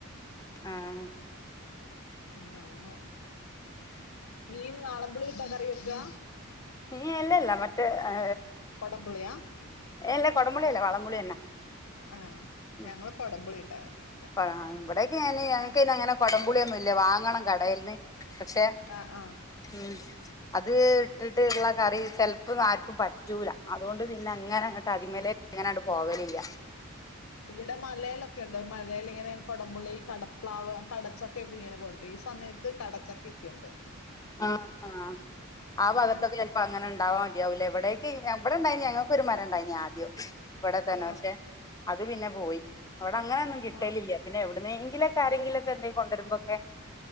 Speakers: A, on the left (about 15°); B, on the left (about 80°).
A: ആഹ്
B: ഉം <unintelligible> മീൻ വാളളമ്പുളി ഇട്ടാ കറി വെക്കാ?
A: നീ അല്ല ല്ല മറ്റേ ഹാ.
B: കൊടമ്പുളിയ?
A: എല്ല കുടപുള്ളിയല്ല, വളൺപുളിയ.
B: ആ
A: ഉം
B: ഞങ്ങള് കൊടംപുളി ഇട്ടാ കറി വെക്കുക
A: പറ ഇവിടെക്കന ഞന് - ന്ന് അങ്ങനെ കൊടംപുളിയൊന്നും, ഇല്ല വാങ്ങണം കടയിൽ നിന്ന് പക്ഷെ,
B: ആ ആ
A: ഉം അത് ഇട്ടിട്ട്ള്ള കറി ചെലപ്പ- ആർക്കും പറ്റൂല അതുകൊണ്ട്- ഇങ്ങനെങ്ങട്ട് അതിമലക്ക്ങ്ങനണ്ട് പോവലില്ല.
B: ഇവിടെ മലയിലൊക്കെ ഉണ്ട് മലൽ ഇങ്ങനെ കൊടമ്പുള്ളി കടപ്ലാവ്, കടച്ചൊക്കെൊക്കെ ഇങ്ങനെ- കൊണ്ട് ഈ സമയത്ത്- അത് കടച്ചാക്കി ഒക്കെ ഉണ്ട്.
A: ആഹ, ആഹ, ആഹാ
B: അങ്ങനൊക്കെ
A: ഭാഗത്തൊക്കെ
B: കൊണ്ടുവരും
A: ചിലപ്പോ അങ്ങനെ ഉണ്ടാവാൻ പറ്റ- അവേ എവിടേക്ക് എവിടെ ഇണ്ടായിന് ഞങ്ങൾക്ക് ഒരു മരം- ഉണ്ടായിനീ ആദ്യം ഇവിടെ തന്നെ
B: ആ
A: പക്ഷെ- അത് പിന്നെ പോയി അവിടെ- അങ്ങനെന്നും കിട്ടലില്ല.
B: ആ
A: പിന്നെ, എവിടുന്നെങ്കിലൊക്കെ- ആരെങ്കിലൊക്കെന്തങ്കും- കൊണ്ടുവരുമ്പോക്കെ.